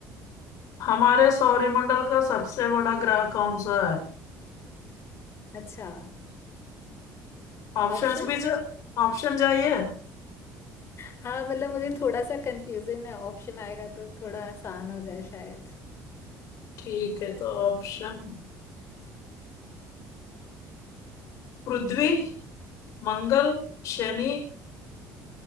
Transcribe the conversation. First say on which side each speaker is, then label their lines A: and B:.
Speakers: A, on the left; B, on the left.
A: हमारे सौरमंडल का सबसे बड़ा ग्रह कौन सा है
B: अच्छा
A: ऑप्शंस
B: ऑप्शन
A: भी चा, ऑप्शन चाहिए
B: हाँ मतलब मुझे थोड़ा सा कंफ्यूजन है ऑप्शन आएगा तो थोड़ा आसान हो जाए शायद
A: ठीक है तो ऑप्शन पृथ्वी मंगल शनि